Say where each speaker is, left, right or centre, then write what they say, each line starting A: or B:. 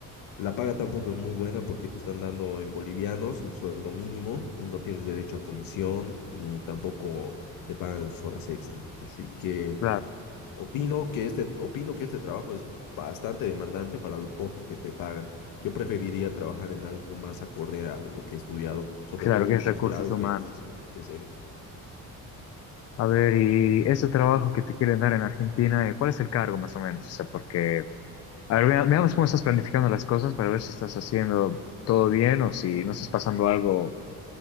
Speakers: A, on the left (about 75°); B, on the left (about 45°).
A: La paga tampoco es muy buena porque te están dando en bolivianos el sueldo mínimo y no tienes derecho a comisión ni tampoco te pagan las horas extra. Así que
B: Claro,
A: opino que este, opino que este trabajo es bastante demandante para lo poco que te pagan. Yo preferiría trabajar en algo más acorde a lo que he estudiado, sobre
B: claro
A: todo mi
B: que es
A: posgrado
B: recursos humanos.
A: que es en RCE.
B: A ver, y ese trabajo que te quieren dar en Argentina, eh, ¿cuál es el cargo más o menos? O sea, porque, a ver, vea- veamos cómo estás planificando las cosas para ver si estás haciendo todo bien o si no estás pasando algo